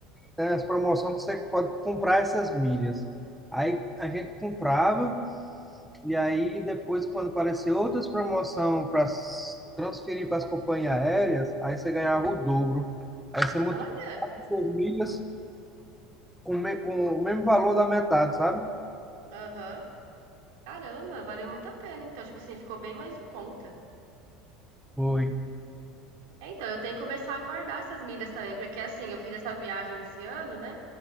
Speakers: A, in the centre; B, on the right (about 80°).
A: tem as promoções que você pode comprar essas milhas. Aí a gente comprava, e aí depois, quando apareceu outras promoções para transferir para as companhias aéreas, aí você ganhava o dobro. Aí você multiplicava
B: Olha!
A: suas milhas com, me- com o mesmo valor da metade, sabe?
B: Aham. Caramba, valeu muito a pena. Então, tipo assim, ficou bem mais em conta.
A: Foi.
B: É, então, eu tenho que começar a guardar essas milhas também, porque assim, eu fiz essa viagem esse ano, né?